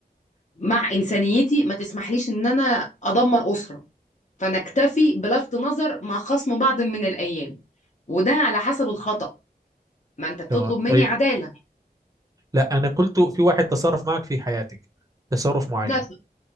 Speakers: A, on the left; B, on the right.
A: مع انسانيتي ما تسمحليش ان انا ادمر اسره فنكتفي بلفت نظر مع خصم بعض من الايام وده على حسب الخطأ ما انت بتطلب
B: تمام
A: مني
B: طيب
A: عداله
B: لا أنا قلت في واحد تصرف معك في حياتك تصرف معين
A: لا